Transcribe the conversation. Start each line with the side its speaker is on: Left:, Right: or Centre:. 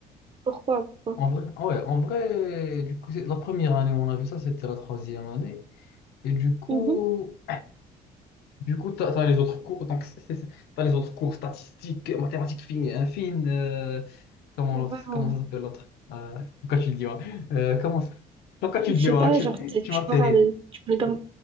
Right: pourquoi, pourquoi?
Left: En vrai, ah ouais, en vrai, du coup, c'est- la première année où on a vu ça, c'était la troisième année. Et du coup.
Right: Mhm.
Left: Du coup, tu as, les autres cours, donc tu as les autres cours statistiques, mathématiques fines, hein, fines, euh, comment l'autre,
Right: Waouh.
Left: comment ça s'appelle l'autre? Euh, pourquoi tu le dis, ouais. Euh, comment ça- pourquoi tu
Right: Je
Left: le dis,
Right: sais
Left: ouais,
Right: pas,
Left: tu,
Right: genre, t-
Left: tu
Right: tu
Left: m'as fait
Right: parles,
Left: rire.
Right: tu parles comme...